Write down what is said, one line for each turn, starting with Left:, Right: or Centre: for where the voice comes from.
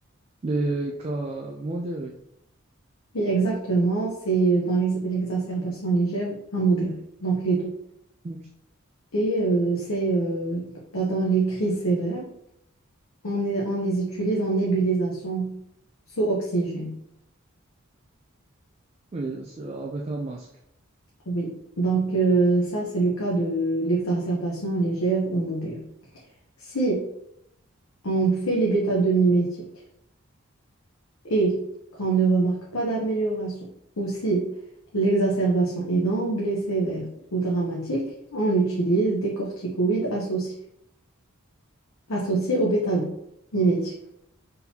Right: les cas modérés.
Left: Oui, exactement, c'est euh, dans l'ex- l'exacerbation légère à modérée, donc les deux.
Right: Ok.
Left: Et euh, c'est euh, dans dans les crises sévères, on, est- on les utilise en nébulisation sous oxygène.
Right: Oui, c'est avec un masque.
Left: Oui, donc euh, ça, c'est le cas de l'exacerbation légère ou modérée. Si on fait les bêta-2-mimétiques, et qu'on ne remarque pas d'amélioration ou si l'exacerbation est d'emblée sévère ou dramatique, on utilise des corticoïdes associés, associés au bêta-glucane mimétique.